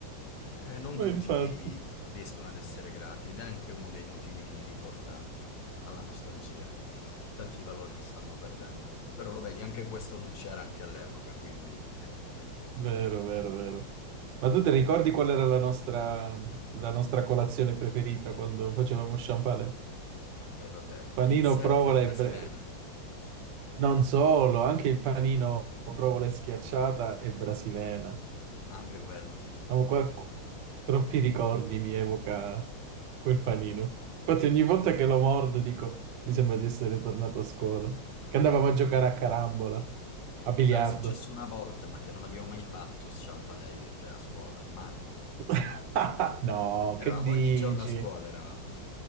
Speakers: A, on the left; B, on the right.
A: Eh, non tutti
B: infatti.
A: riescono ad essere grati ed è anche uno dei motivi che mi riporta alla nostalgia. Tanti valori si stanno perdendo, però lo vedi, anche questo non c'era anche all'epoca, quindi...
B: Vero, vero, vero. Ma tu ti ricordi qual era la nostra, la nostra colazione preferita quando facevamo sciampale?
A: E eh, vabbè,
B: Panino,
A: pizzetta
B: provola
A: e brasilena,
B: e... bre- Non solo, anche il panino, provola e schiacciata e brasilena.
A: anche quello sì.
B: Ma qua
A: Sì, sì.
B: troppi ricordi mi evoca quel panino. Infatti ogni volta che lo mordo dico, mi sembra di essere tornato a scuola. Che andavamo a giocare a carambola, a biliardo.
A: Sarà successo una volta, ma te non abbiamo mai fatto sciampale io e te a scuola, mai,
B: <laughs>
A: mai.
B: No,
A: Eravamo
B: che dici?
A: ogni giorno a scuola, eravamo.